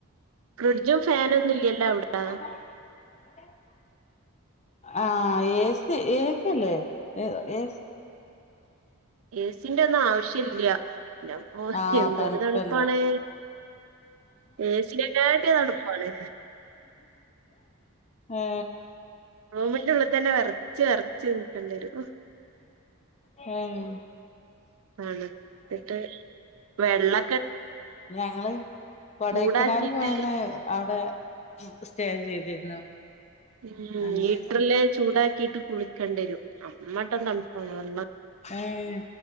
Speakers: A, on the right (about 65°); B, on the left (about 30°).
A: ഫ്രിഡ്ജും ഫാനൊന്നുല്ലല്ലോ അവിടെ
B: <inaudible> ആ എസി അല്ലെ എസി
A: ഏസിന്റെന്നും ആവശ്യല്ല ന്റ്റമ്മോ
B: ആഹ്
A: എന്തൊരു
B: തണുപ്പല്ലേ
A: തണുപ്പാണേ ഏസിനെക്കാട്ടിലും തണുപ്പാണ്
B: ആ
A: റൂമിന്റെ ഉള്ളി തന്നെ വറച്ച് വറച്ച് നിക്കണ്ടേരും.
B: ഏഹ്‌
A: ആണ് ന്നിട്ട് വെള്ള
B: ഞങ്ങള് കൊടേക്കനാൽ
A: ചൂടാക്കിട്ട്
B: പോയന്ന് അവിടെ സ്റ്റേ ചെയ്തിരുന്നു
A: ഉം
B: അഞ്ചീസം
A: ഹീറ്ററില് ചൂടാക്കിയിട്ട് കുളിക്കണ്ടെരും അമ്മട്ടം തണുപ്പാണ് വള്ളം
B: ഏഹ്